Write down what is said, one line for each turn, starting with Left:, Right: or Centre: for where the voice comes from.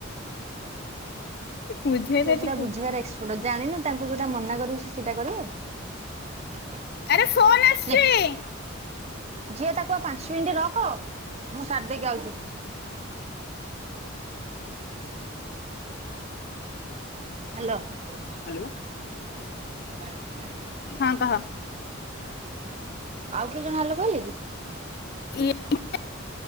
Left: ବୁଝେଇ
Right: ସେ
Left: ଦେ
Right: ପୁୁରା
Left: ଟିକେ
Right: ବୁଝିବାର ଏକ୍ସପର୍ଟ ଜାଣିନୁ ତାଙ୍କୁ ଯୋଉଟା ମନା କରିବୁ ସେ ସେଇଟା କରିବେ।
Left: ଆରେ ଫୋନ ଆସୁଛି
Right: ନେ ଝିଅ ତାକୁ ଆଉ ପାଞ୍ଚ ମିନିଟ୍ ରଖ ମୁଁ ସାରିଦକି ଆାଉଛି। ହ୍ୟାଲୋ।
Left: ହ୍ୟାଲୋ।
Right: <unintelligible>
Left: ହଁ କହ।
Right: ଆଉ କେ ଜଣ ହ୍ୟାଲୋ କହିଲେ କି?
Left: <unintelligible>